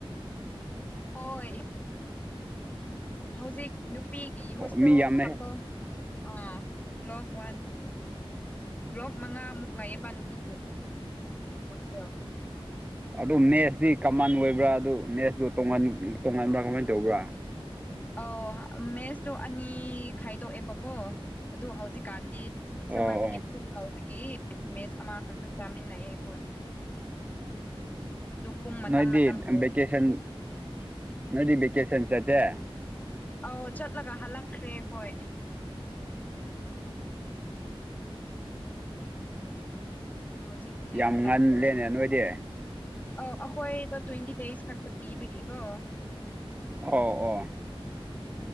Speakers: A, on the left; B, on the right.
A: ꯑꯣꯏ ꯍꯧꯖꯤꯛ ꯅꯨꯄꯤꯒꯤ
B: ꯑꯣ
A: ꯍꯣꯁꯇꯦꯜ
B: ꯃꯤ ꯌꯥꯝꯃꯦ
A: ꯈꯠꯇꯥ ꯑꯥ block one two three four block ꯃꯉꯥꯃꯨꯛ ꯂꯩꯑꯦꯕ ꯅꯨꯄꯤꯗꯣ ꯍꯦꯁꯇꯦꯜ
B: ꯑꯗꯨ ꯃꯦꯠꯁꯇꯤ ꯀꯃꯥꯟ ꯑꯣꯏꯕ꯭ꯔꯥ ꯑꯗꯨ ꯃꯦꯠꯁꯇꯨ ꯇꯣꯉꯥꯟ ꯇꯣꯉꯥꯟꯕ꯭ꯔꯥ ꯀꯃꯥꯏ ꯇꯧꯕ꯭ꯔꯥ
A: ꯑꯧ ꯃꯦꯁꯇꯣ ꯑꯅꯤ ꯈꯥꯏꯗꯣꯛꯑꯦꯕꯀꯣ ꯑꯗꯨ ꯍꯧꯖꯤꯛꯀꯥꯟꯗꯤ
B: ꯑꯣ
A: ꯁꯝꯃꯔ ꯚꯦꯀꯦꯁꯟ
B: ꯑꯣ
A: ꯂꯧꯕꯒꯤ ꯃꯦꯁ ꯑꯃꯈꯛꯇ ꯆꯥꯃꯤꯟꯅꯩꯑꯦ ꯑꯩꯈꯣꯏ ꯑꯗꯨ ꯄꯨꯡ ꯃꯇꯝ
B: ꯅꯣꯏꯗꯤ
A: ꯃꯇꯝ ꯂꯩ
B: ꯕꯦꯀꯦꯁꯟ ꯅꯣꯏꯗꯤ ꯕꯦꯀꯦꯁꯟ ꯆꯠꯇꯦ
A: ꯑꯧ ꯆꯠꯂꯒ ꯍꯜꯂꯛꯈ꯭ꯔꯦ ꯍꯣꯏ ꯍꯧꯖꯤꯛꯇꯤ
B: ꯌꯥꯝ
A: ꯍꯜꯂꯛꯈ꯭ꯔꯦ
B: ꯉꯜꯂꯦꯅꯦ ꯅꯣꯏꯗꯤ
A: ꯑꯧ ꯑꯩꯈꯣꯏꯗ ꯇ꯭ꯋꯦꯟꯇꯤ ꯗꯦꯖ ꯈꯛꯇ ꯄꯤꯕꯒꯤꯀꯣ
B: ꯑꯣ ꯑꯣ